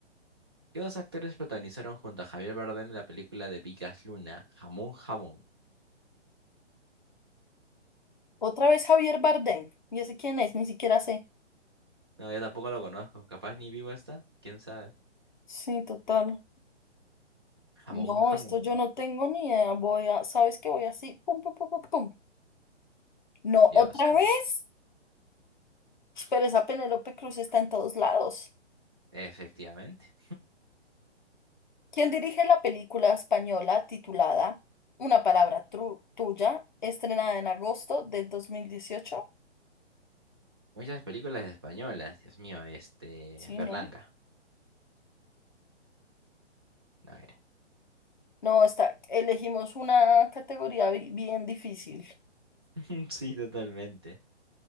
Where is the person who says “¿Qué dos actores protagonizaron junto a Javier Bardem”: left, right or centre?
Right